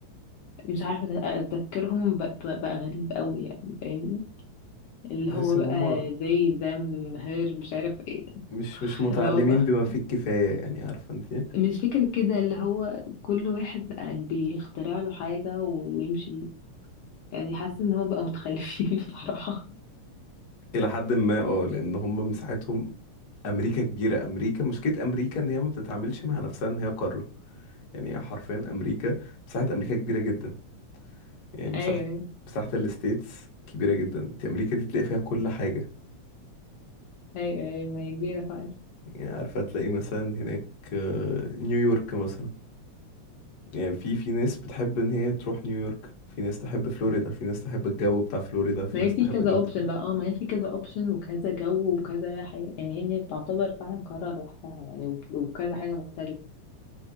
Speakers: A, on the left; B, on the left.
A: مش عارفه تفكيرهم بقى بقى غريب قوي يعني فاهمني اللي
B: تحس
A: هو بقى
B: ان هم
A: they them her مش عارف ايه
B: مش مش متعلمين
A: اللي هو بقى
B: بما فيه الكفايه يعني عارفه انت
A: مش فكرة كده اللي هو كل واحد بقى بيخترع له حاجة ويمشي يعني حاسة ان هو بقى متخلفين <laughs> بصراحة
B: الى حد ما اه لان هم مساحتهم امريكا كبيره امريكا مشكله امريكا ان هي ما بتتعاملش مع نفسها ان هي قاره يعني هي حرفيا امريكا مساحه امريكا كبيره جدا يعني مساحه
A: ايوه
B: مساحه الستيتس كبيره جدا انت امريكا دي تلاقي فيها كل حاجه
A: ايوه ايوه ما هي كبيرة فعلا
B: يعني عارفه تلاقي مثلا هناك آه، نيويورك مثلا يعني في في ناس بتحب ان هي تروح نيويورك في ناس تحب فلوريدا في ناس تحب الجو بتاع فلوريدا في
A: ما
B: ناس
A: هي في
B: تحب
A: كذا
B: الجو
A: اوبشن
B: بتاع
A: بقى اه ما هي في كذا اوبشن وكذا جو وكذا حاجة يعني هي تعتبر فعلا قرار لوحدها يعني وك- وكذا حاجة مختلفة